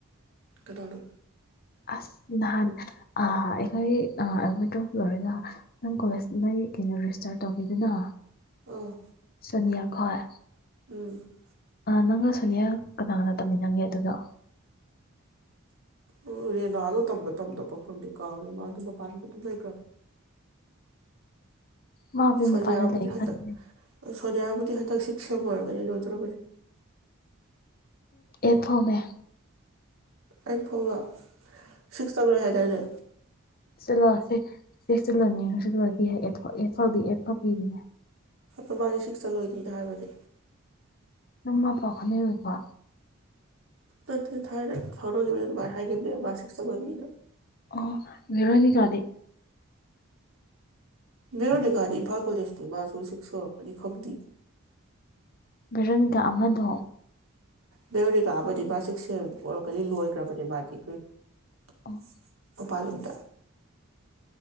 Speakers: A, on the right (about 80°); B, on the left (about 45°).
A: ꯀꯅꯥꯅꯣ
B: ꯑꯁ ꯅꯍꯥꯟ ꯑꯩꯈꯣꯏ ꯑꯦꯜꯃꯤꯗ꯭ꯔꯣ ꯂꯣꯏꯔꯒ ꯅꯪ ꯀꯣꯂꯦꯖ ꯀꯩꯅꯣ ꯔꯦꯖꯤꯁꯇꯔ ꯇꯧꯤꯗꯅꯣ
A: ꯑꯥ
B: ꯁꯣꯅꯤꯌꯥ ꯍꯣꯏ
A: ꯎꯝ
B: ꯅꯪꯒ ꯁꯣꯅꯤꯌꯥꯒ ꯀꯅꯥ ꯀꯅꯥ ꯇꯝꯃꯤꯟꯅꯒꯦ ꯑꯗꯨꯗꯣ
A: ꯑꯣ ꯔꯦꯅꯥꯗꯣ ꯇꯝꯕ ꯇꯝꯗ ꯄꯈꯗ ꯀꯥꯎꯔꯦ ꯃꯥꯗꯣ ꯃꯄꯥꯟꯗ ꯑꯗꯨꯝ ꯂꯩꯈ꯭ꯔꯕꯅꯦ
B: ꯃꯥꯕꯨ
A: ꯁꯣꯅꯤꯌꯥꯕꯨꯗꯤ
B: ꯃꯄꯥꯟꯗ ꯂꯩ
A: ꯍꯟꯗꯛ
B: ꯈꯟꯕꯅꯦ
A: ꯁꯣꯅꯤꯌꯥꯕꯨꯗꯤ ꯍꯟꯗꯛꯁꯤ ꯀꯩꯅ ꯂꯣꯏꯖꯔꯅꯦ
B: ꯏꯊꯣ ꯃ
A: ꯑꯩ ꯐꯣꯡꯕ ꯁꯤꯇꯗꯨ ꯍꯥꯏ ꯆꯔ
B: ꯁꯤꯂꯁꯦ ꯁꯤ ꯆꯂꯅꯤ ꯏꯣ ꯄꯤ
A: ꯑ ꯃꯥꯅꯤ ꯁꯤꯛꯁꯇ ꯂꯣꯏꯅꯤꯅ ꯍꯥꯏꯕꯅꯦ
B: ꯅꯃ ꯄ ꯈꯅ ꯑꯣꯏꯕ
A: ꯅꯠꯇꯦ ꯊꯥꯏꯅ ꯐꯥꯎꯅꯈꯤꯕꯅꯦ ꯑꯗꯨꯃꯥꯏꯅ ꯍꯥꯏꯈꯤꯕꯅꯦꯕ ꯃꯥ ꯁꯤꯛꯁꯇ ꯑꯣꯏꯕꯅꯤꯅ
B: ꯑꯣ ꯚꯦꯔꯣꯅꯤꯀꯗꯤ
A: ꯚꯦꯔꯣꯅꯤꯀꯥꯗꯤ ꯃꯖꯨ ꯏꯝꯐꯥꯜ ꯀꯣ ꯇꯥ ꯃꯥꯖꯨ ꯁꯤꯀꯁ ꯁꯨꯔꯝꯃꯅꯤ ꯈꯪꯗꯦꯌꯦ
B: ꯚꯦꯔꯣꯅꯤꯀꯥ ꯑꯃꯗꯣ
A: ꯚꯦꯔꯣꯅꯤꯀ ꯑꯃꯗꯤ ꯁꯤꯛꯁ ꯁꯨꯔꯝꯅꯤ ꯑꯣꯏꯔꯝꯒꯗꯤ ꯂꯣꯏꯈ꯭ꯔꯕꯅꯤ ꯃꯥꯗꯤ
B: ꯑꯣ
A: <inaudible> ꯎꯄꯥꯏꯂꯩꯇꯦ